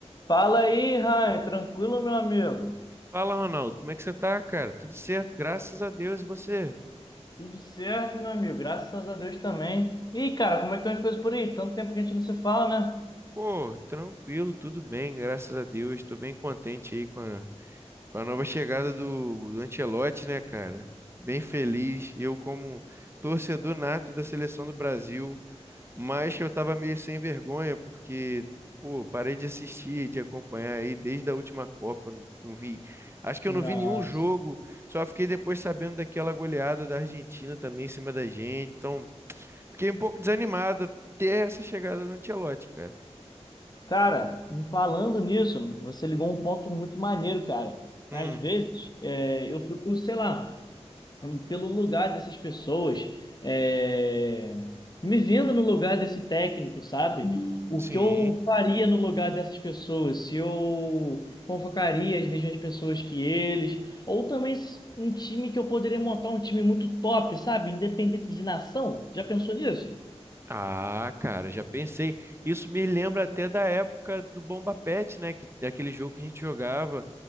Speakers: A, on the left (about 35°); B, on the right (about 20°).
A: Fala aí, Ryan. Tranquilo, meu amigo?
B: Fala, Ronaldo, como é que você tá, cara? Tudo certo, graças a Deus. E você?
A: Tudo certo, meu amigo. Graças a Deus também. E, cara, como é que estão as coisas por aí? Tanto tempo que a gente não se fala, né?
B: Pô, tranquilo, tudo bem, graças a Deus. Tô bem contente aí com a, com a nova chegada do, do Ancelotti, né, cara? Bem feliz. Eu, como torcedor nato da seleção do Brasil, mas eu tava meio sem vergonha, porque, pô, parei de assistir, de acompanhar aí desde a última Copa. Não, não vi. Acho que
A: Nossa.
B: eu não vi nenhum jogo, só fiquei depois sabendo daquela goleada da Argentina também em cima da gente. Então. Fiquei um pouco desanimado até essa chegada do Ancelotti, cara.
A: Cara, falando nisso, você ligou um ponto muito maneiro, cara.
B: Hum,
A: Às vezes, é, eu fico, sei lá. pelo lugar dessas pessoas, é, me vendo no lugar desse técnico, sabe? O
B: sim.
A: que eu faria no lugar dessas pessoas, se eu convocaria as mesmas pessoas que eles, ou também s- um time que eu poderia montar um time muito top, sabe? Independente de nação. Já pensou nisso?
B: Ah, cara, já pensei. Isso me lembra até da época do Bomba Pet, né? Que, daquele jogo que a gente jogava